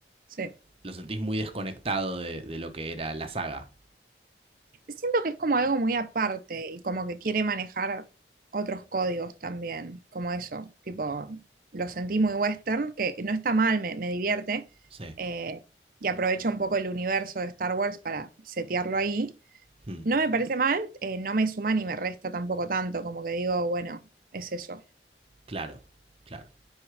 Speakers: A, on the right (about 50°); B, on the right (about 35°).
A: sí.
B: lo sentís muy desconectado de, de lo que era la saga.
A: siento que es como algo muy aparte y como que quiere manejar otros códigos también, como eso, tipo, lo sentí muy western, que no está mal, me, me divierte,
B: Sí.
A: eh, y aprovecha un poco el universo de Star Wars para setearlo ahí.
B: Hmm.
A: No me parece mal, eh, no me suma ni me resta tampoco tanto, como que digo, bueno, es eso.
B: Claro, claro.